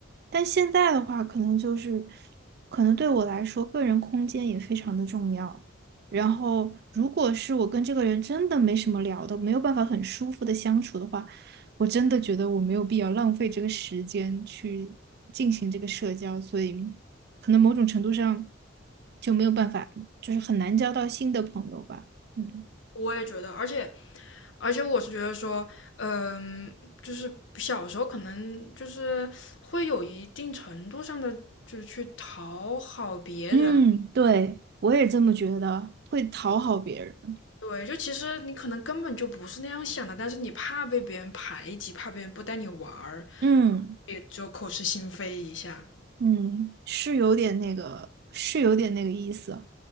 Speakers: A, on the right; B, on the left.
A: 但现在的话，可能就是可能对我来说，个人空间也非常的重要。然后，如果是我跟这个人真的没什么聊的，没有办法很舒服的相处的话。我真的觉得我没有必要浪费这个时间去进行这个社交，所以可能某种程度上就没有办法，就是很难交到新的朋友吧。嗯
B: 我也觉得，而且而且我是觉得说，嗯，呃就是小时候可能就是会有一定程度上的，就是去讨好别人。
A: 嗯，对，我也这么觉得。会讨好别人。
B: 对，就其实你可能根本就不是那样想的，但是你怕被别人排挤，怕别人不带你玩儿，
A: 嗯。
B: 也就口是心非一下。
A: 嗯，是有点那个，是有点那个意思，